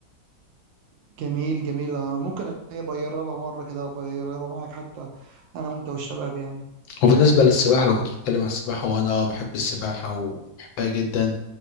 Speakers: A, on the right; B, on the left.
A: جميل جميل آه، ممكن أبقى أجربها مرة كده أبقى أجربها معاك حتى أنا وأنت والشباب يعني
B: وبالنسبة للسباحة لو كنت بتكلم عن السباحة وانا اه بحب السباحة وبحبها جدا